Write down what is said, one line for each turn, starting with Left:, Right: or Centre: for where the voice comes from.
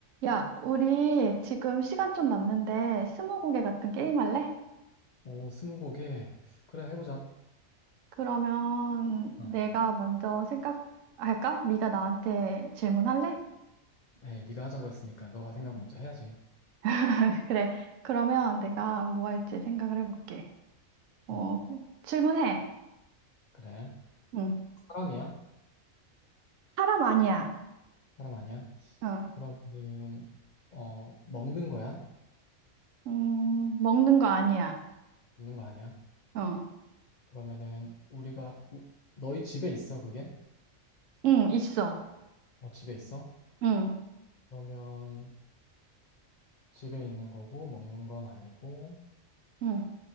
Right: 야, 우리 지금 시간 좀 남는데 스무고개 같은 게임 할래?
Left: 오, 스무고개. 그래, 해보자.
Right: 그러면
Left: 어.
Right: 내가 먼저 생각할까? 네가 나한테 질문할래?
Left: 에이, 네가 하자고 했으니까 너가 생각 먼저 해야지.
Right: <laughs> 그래. 그러면 내가 뭐 할지 생각을 해볼게. 어,
Left: 응,
Right: 질문해.
Left: 그래.
Right: 응.
Left: 사람이야?
Right: 사람 아니야.
Left: 사람 아니야?
Right: 어.
Left: 그러면은, 어, 먹는 거야?
Right: 음, 먹는 거 아니야.
Left: 먹는 거 아니야?
Right: 어.
Left: 그러면은, 우리가, 우- 너희 집에 있어, 그게?
Right: 응, 있어.
Left: 어, 집에 있어?
Right: 응,
Left: 그러면, 집에 있는 거고, 먹는 건 아니고,
Right: 응.